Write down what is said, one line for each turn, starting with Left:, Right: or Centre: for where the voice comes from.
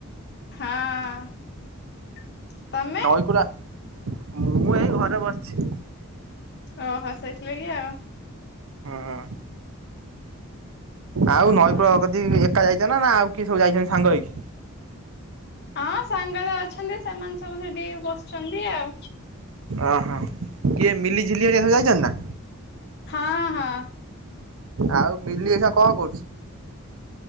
Left: ହଁ। ତମେ
Right: ନଈକୁଳ ମୁଁ ଏଇ ଘରେ ବସଛି।
Left: ଓହୋ ସେଇଥିଲାଗି ଆଉ।
Right: ହଁ। ଆଉ ନଈକୂଳ
Left: ହଁ।
Right: କତିକି ଏକା ଯାଇଚ ନା ଆଉ କିଏ ସବୁ ଯାଇଚନ୍ତି ସାଙ୍ଗ ହେଇକି?
Left: ହଁ ସାଙ୍ଗରେ ଅଛନ୍ତି ସେମାନେ ସବୁ ସେଠିକି ବସଛନ୍ତି ଆଉ।
Right: ଓହୋ କିଏ ମିଲି ଝିଲି ହରିକା ସବୁ ଯାଇଚନ୍ତି ନା?
Left: ହଁ ହଁ।
Right: ଆଉ ମିଲି ଏଇଖା କଣ କରୁଚି?